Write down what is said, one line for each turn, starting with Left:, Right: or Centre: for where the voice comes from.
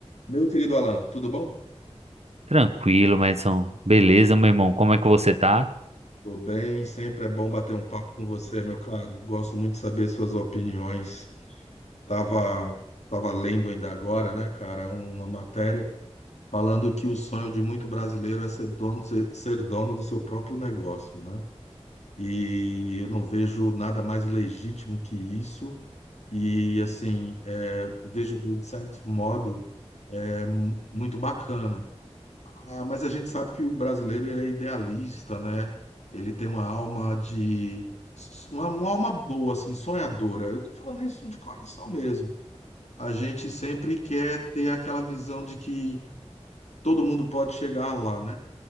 Left: Meu querido Alan, tudo bom?
Right: Tranquilo, Madison. Beleza, meu irmão? Como é que você tá?
Left: Tô bem, sempre é bom bater um papo com você, meu caro. Gosto muito de saber suas opiniões. Tava, tava lendo ainda agora, né, cara, uma matéria falando que o sonho de muito brasileiro é ser dono, ser, ser dono do seu próprio negócio, né? E eu não vejo nada mais legítimo que isso. E assim, é, vejo de certo modo é, mu- muito bacana Ah, mas a gente sabe que o brasileiro ele é idealista, né? Ele tem uma alma de uma, uma alma boa, assim, sonhadora. Eu tô falando isso de coração mesmo. A gente sempre quer ter aquela visão de que todo mundo pode chegar lá, né?